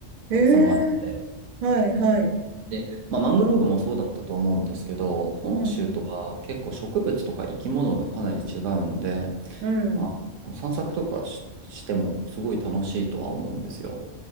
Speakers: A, on the right; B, on the right.
A: ええ
B: たくさんあって、
A: はいはい。
B: で、まあ、マングローブもそうだったと思うんですけど、本州とは結構植物とか生き物がかなり違うんで、
A: うん、うん。
B: あ、散策とかし、してもすごい楽しいとは思うんですよ。